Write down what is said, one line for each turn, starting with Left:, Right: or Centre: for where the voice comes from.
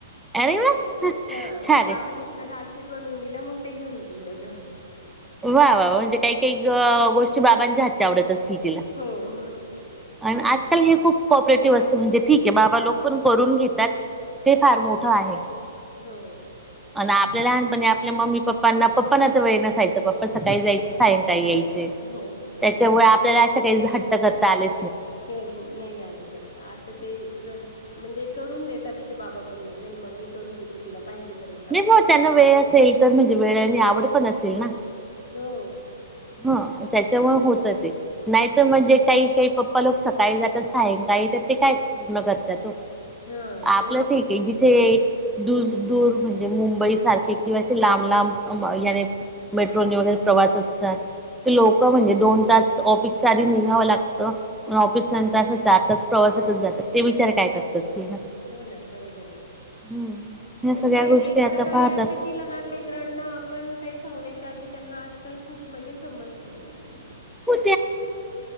Centre: अरे वा छान
Left: हा मग बाबाने
Centre: आहे.
Left: थालिपीठ बनवून दिलं मग ते घेऊन गेली डब्यामध्ये.
Centre: वा वा म्हणजे काही काही ग आ गोष्टी बाबांच्या हातच्या आवडत अस तील तीला.
Left: हो
Centre: आणि आजकाल हे खूप कॉपरेटिव्ह असतं म्हणजे ठीक आहे बाबा लोक पण करून घेतात ते फार मोठं आहे.
Left: हो
Centre: आणि आपल्या लहानपणी आप ल्या मम्मी पप्पांना पप्पांना तर वेळ नसायचा. पप्पा सकाळी जायचे
Left: नाही
Centre: सायंकाळी यायचे
Left: हो
Centre: त्याच्यामुळे आपल्याला अशा काही घ हट्ट करता आले
Left: कर नाही आले करता आता ते जर म्हणजे करून देता तिचे बाबा पण मग नाही मग मी करून देतो तिला. पाहिजे तर एखादं
Centre: नाही म त्यांना वेळ असेल तर म्हणजे वेळ आणि आवड पण असेल ना.
Left: हो.
Centre: हा त्याच्यामुळं होत ते. नाहीत म्हणजे काही काही पप् लोक सकाळी जातात सायंकाळी येतात ते काय पूर्ण करत्यात ओ.
Left: हा
Centre: आपलं
Left: ते होत
Centre: ठीक आहे. जिथे दूर दूर म्हणजे मुंबई सारखे किंवा असे लांब लांब याने मेट्रोने वगैरे प्रवास अस ते लोक म्हणजे दोन तास ऑफिसच्या आधी निघावं लागतं ऑफिसनंतर असं चार तास प्रवासातच जातात ते विचारा काय करत असतील. ना
Left: हो ना बरोबर आहे
Centre: हम्म ह्या
Left: म्हणजे
Centre: सगळ्या गोष्टी
Left: एक
Centre: आता
Left: प्रकारे
Centre: पाहतात
Left: अस की लहान लेकरांना आपण काही सांगण्या च्या आधी त्यांना आजकाल खूप म्हणजे समजतं बगा.
Centre: हो